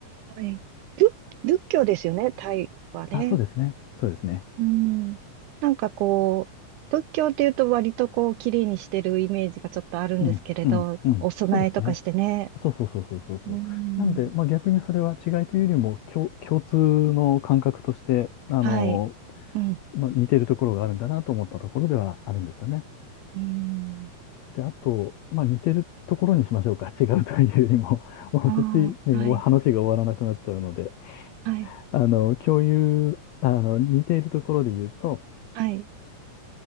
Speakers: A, on the right; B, on the left.
A: はい。仏、仏教ですよね、タイはね。
B: あ、そうですね。そうですね。
A: うん。なんかこう、仏教っていうと割とこう、綺麗にしてるイメージがちょっとあるんですけれど、
B: うん、うん、うん。
A: お供えとかしてね。
B: そうですね。そうそうそうそうそうそう。
A: うん。
B: なんで、まあ逆にそれは違いというよりも、共、共通の感覚として、あの、
A: はい。うん。
B: まあ似てるところがあるんだなと思ったところではあるんですよね。
A: うん。
B: で、あと、まあ似てるところにしましょうか。<laughs> 違うというよりも、<laughs> もうそっちね、
A: ああ、はい。
B: お話が終わらなくなっちゃうので、
A: はい。
B: あの、共有、あの、似ているところで言うと、
A: はい。